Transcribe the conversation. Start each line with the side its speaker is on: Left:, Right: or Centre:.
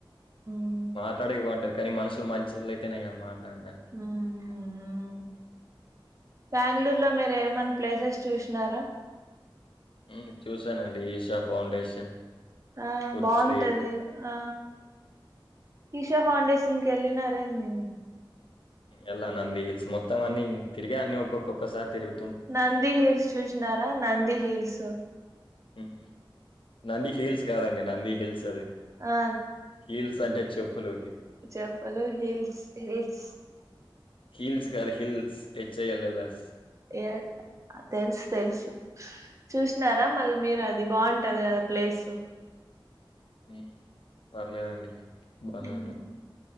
Right: మ్
Left: మాట్లాడే బాగుంటారు కానీ మనుషులు మంచోల్లయితేనెగ మాట్లాడనికి
Right: మ్ మ్ మ్ బెంగళూరులో మీరు ఏమన్నా ప్లేసెస్ చూసినారా
Left: మ్ చూసానండి ఈషా ఫౌండేషన్
Right: ఆ
Left: ఫుడ్
Right: బావుంటది
Left: స్ట్రీట్
Right: ఆ ఈషా ఫౌండేషన్కి వెళ్ళినారేమీ
Left: ఎల్లా నంది హిల్స్ మొత్తం అన్ని తిరిగా అన్ని ఒక్కో క్కోక్కసారి తిరుగు
Right: నంది హిల్స్ చూసినారా నంది హిల్స్
Left: మ్ నంది హీల్స్ కాదండి నంది హిల్స్ అది
Right: ఆ
Left: హీల్స్ అంటే చెప్పులు
Right: చెప్పలు హిల్స్ హిల్స్
Left: హీల్స్ కాదు హిల్స్ హేచ్ఐఎల్ఎల్ఎస్
Right: ఏ తెల్సు తెలుసు చూసినారా మళ్ళీ మీరు అది బాంటది కదా ప్లేసు
Left: హ్మ్ పర్లేదండి బానే
Right: హ్మ్
Left: ఉంటది